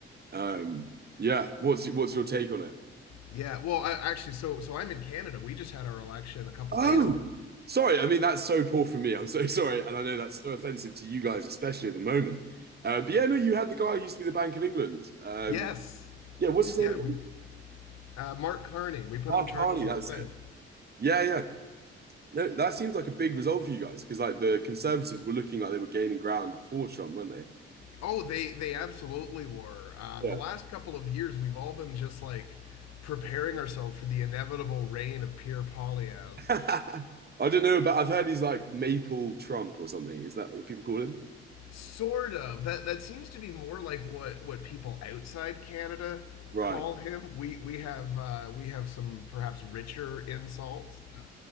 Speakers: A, on the right (about 30°); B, on the left (about 55°).
A: Um, yeah, what's what's your take on it?
B: Yeah, well, I, actually, so so I'm in Canada. We just had our election a couple
A: Oh,
B: days ago.
A: sorry. I mean, that's so poor for me. I'm so <laughs> sorry, and I know that's so offensive to you guys, especially at the moment. Uh, but yeah, no, you had the guy who used to be the Bank of England. Um,
B: Yes,
A: yeah, what's his name
B: yeah,
A: again?
B: we uh, Mark Carney. We put
A: Mark
B: him in charge
A: Carney.
B: of the
A: That's
B: whole thing.
A: it. Yeah, yeah. No, that seems like a big result for you guys because like the Conservatives were looking like they were gaining ground before Trump, weren't they?
B: Oh, they they absolutely were. Uh,
A: Yeah.
B: the last couple of years, we've all been just like preparing ourselves for the inevitable reign of Pierre Polyev.
A: <laughs> I don't know, but I've heard he's like Maple Trump or something. Is that what people call him?
B: Sort of. That that seems to be more like what what people outside Canada
A: Right,
B: call him. We we have uh, we have some perhaps richer insults uh,